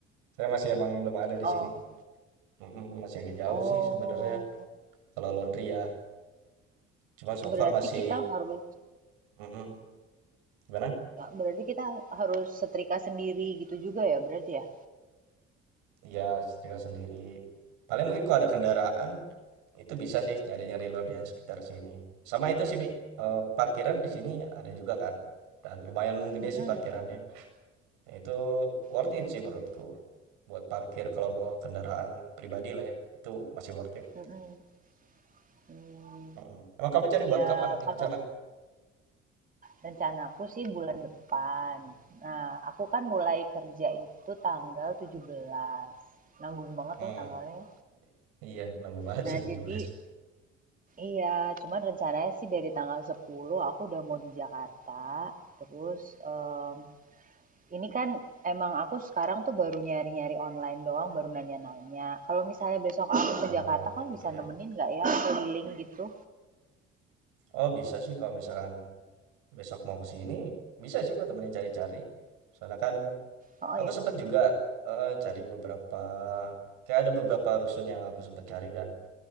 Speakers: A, on the right; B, on the right.
A: Saya masih emang belum ada di
B: Oh
A: sini. Mm-mm, masih agak jauh
B: oh,
A: sih sebenarnya kalau laundry ya. Cuma so
B: berarti
A: far masih
B: kita harus
A: mm-mm, gimana?
B: berarti kita harus setrika sendiri gitu juga ya berarti ya?
A: Ya setrika sendiri. Paling mungkin kalau ada kendaraan itu bisa sih nyari-nyari laundry yang sekitar sini. Sama itu sih Mi, Eh, parkiran di sini ada juga kan. Dan lumayan gede
B: Mhm.
A: sih parkirannya. Itu worth
B: Mmm,
A: it sih menurutku. Buat parkir kalau bawa kendaraan pribadi lah ya, itu masih worth it,
B: mhm, mmm,
A: mhm. Emang kamu cari buat
B: ya
A: kapan
B: kalau
A: rencana?
B: rencanaku sih bulan depan. Nah, aku kan mulai kerja itu tanggal tujuh belas Nanggung banget
A: Mmm,
B: ya tanggalnya.
A: iya nemu banget
B: Nah,
A: sih 17.
B: jadi Iya, cuman rencananya sih dari tanggal 10 aku udah mau di Jakarta. Terus em, ini kan emang aku sekarang tuh baru nyari-nyari online doang, baru nanya-nanya. Kalau misalnya besok aku ke
A: Oke
B: Jakarta, kamu
A: oke.
B: bisa nemenin nggak ya keliling gitu?
A: Oh bisa sih kalau misalkan besok mau ke sini, bisa sih aku temenin cari-cari. Soalnya kan
B: Oh
A: aku
B: iya
A: sempet
B: kan?
A: juga heeh, cari beberapa kayak ada beberapa rusun yang aku sempet cari kan,